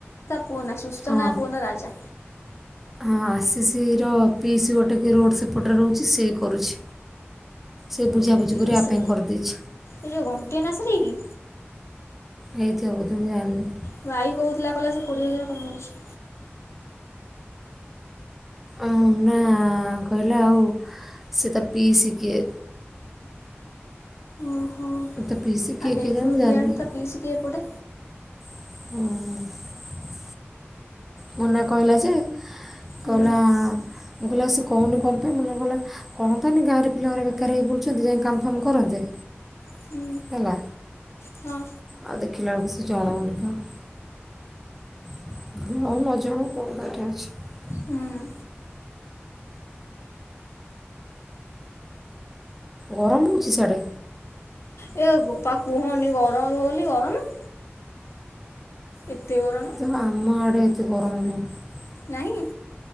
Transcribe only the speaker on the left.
ପୁଅନା ସୁସ୍ଥନା
ପୁଅ ନା ରାଜା।
ଇସି
ଏ ଯେଉଁ ଘଣ୍ଟିଆ ନାସରେଇ କି
ଭାଇ କଉଥିଲା କଇଲା ସେ କୋଡିଏ ହଜାର କମୋଉଛି।
ଓହୋ
ଆ
ହେଇଥିବ
କେଆଣି ତା ପିଇସି କି ଏପଟେ
ହୁଁ
ହୁଁ
ହଁ
ହୁଁ
ଏ ବୋପା କୁହନି ଗରମ ବୋଲି ଗରମ। ଏତେ ଗରମ
ନାହିଁ।